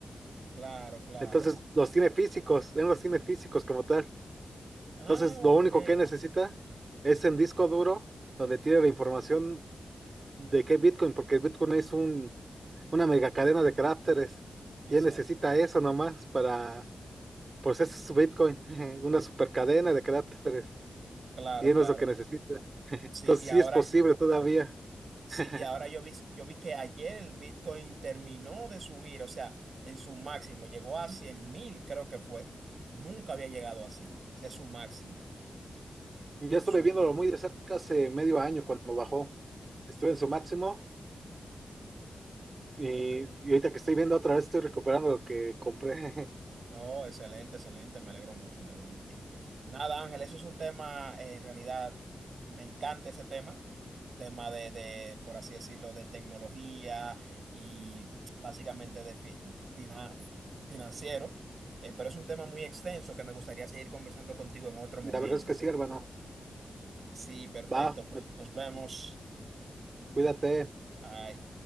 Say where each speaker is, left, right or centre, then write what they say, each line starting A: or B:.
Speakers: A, on the right (about 65°); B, on the right (about 40°).
A: Claro, claro.
B: Entonces, los tiene físicos, él los tiene físicos como tal.
A: Ah,
B: Entonces, lo
A: ok.
B: único que necesita es el disco duro donde tiene la información de qué Bitcoin, porque Bitcoin es un, una mega cadena de caracteres.
A: Exacto.
B: Y él necesita eso nomás para, pues ese es su Bitcoin, <laughs> una super cadena de caracteres.
A: Claro,
B: Y eso
A: claro.
B: es lo que necesita. Entonces,
A: Sí, y
B: sí
A: ahora,
B: es posible todavía.
A: sí,
B: <laughs>
A: y ahora yo vi, yo vi que ayer el Bitcoin terminó de subir, o sea, en su máximo, llegó a cien mil, creo que fue. Nunca había llegado así. Ese es su máximo.
B: Yo estuve
A: Subió.
B: viéndolo muy de cerca hace medio año cuando bajó. Estuve en su máximo y,
A: Ok.
B: y ahorita que estoy viendo otra vez estoy recuperando lo que compré.
A: Oh, excelente, excelente, me alegro mucho, me alegro mucho. Nada, Ángel, eso es un tema, eh, en realidad, me encanta ese tema, tema de, de, por así decirlo, de tecnología y básicamente de fi- fina- financiero, eh, pero es un tema muy extenso que me gustaría seguir conversando contigo en
B: <laughs>
A: otro momento.
B: La verdad es que sí, hermano.
A: Sí, perfecto,
B: Va,
A: pues
B: me-
A: nos vemos.
B: cuídate.
A: Bye.